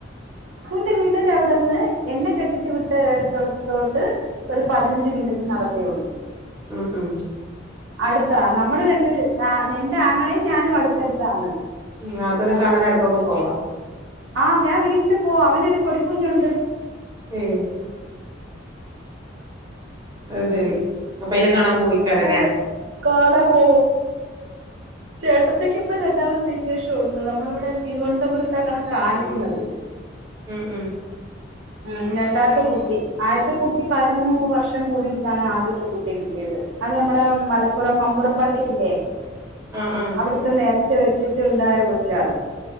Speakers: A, on the right; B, on the right.
A: എന്റെ വീടിൻ്റെ അവിടെന്ന് എന്നെ കെട്ടിച്ചു വിട്ട എടുത്തോട്ട് ഒരു പതിനഞ്ച് മിനിറ്റ് നടത്തേയുള്ളൂ
B: ആഹ് ആഹ്
A: അടുത്താ നമ്മള് രണ്ടൂര് ആഹ് എൻ്റെ ആങ്ങളെയും ഞാനും അടുത്തടുത്തന്ന്
B: മ്മ് നാത്തൂനെ കാണാൻ ഇടക്കൊക്കെ പോവാ
A: ആഹ് ഞാൻ വീട്ടില് പോകും അവനൊരു പൊടിക്കുഞ്ഞുണ്ട്
B: ഉം അത് ശെരി അപ്പൊ അയിനെ കാണാൻ പോയിക്കാറല്ലേ
A: പോ കാണാൻ പോ ചേട്ടത്തിക്ക് ഇപ്പോ രണ്ടാമത് വിശേഷമുണ്ട് നമ്മളിവിടെ തിരുവനന്തപുരത്തങ്ങനെ കാണിക്കുന്നത്
B: ഉം ഉം
A: മ്മ് രണ്ടാമത്തെ കുട്ടി ആദ്യത്തെ കുട്ടി പതിനൊന്ന് വർഷം കൂടിട്ടാണ് ആദ്യത്തെ കുട്ടി കിട്ടിയത് അത് നമ്മുടെ മലപ്പുറം മമ്പുറം പള്ളില്ലേ
B: ആഹ് ആഹ്
A: അവിടുത്തെ നേർ ച്ച വെച്ചിട്ടുണ്ടായ കൊച്ച് ആണ്